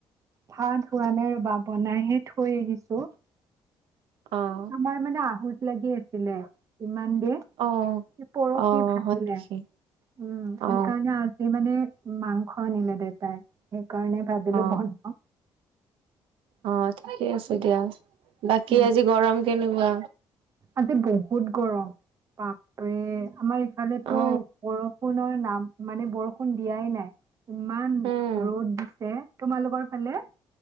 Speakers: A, on the right; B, on the right.
A: ভাত হোৱা নাই ৰ'বা বনাইহে থৈ আহিছো।
B: অ'।
A: আমাৰ মানে আহোচ লাগি আছ ছিলে ইমান দিন
B: অ
A: এই পৰহি
B: অ
A: ভাগিলে।
B: হয় নেকি
A: উম, এনে
B: অ
A: কাৰণে আজি মানে মাংস আনিলে দেতাই সেইকাৰণে ভাবিলো
B: অ
A: বনাওঁ।
B: অ', ঠিকে আছে দিয়া। বাকী
A: উম
B: আজি গৰম কেনেকুৱা?
A: আজি বহুত গৰম। বাপৰে আমাৰ ইফালো
B: অ
A: বৰষুণৰ নাম মানে বৰষুণ দিয়াই নাই। ইমান
B: উম
A: ৰ'দ দিছে। তোমালোকৰ ফালে?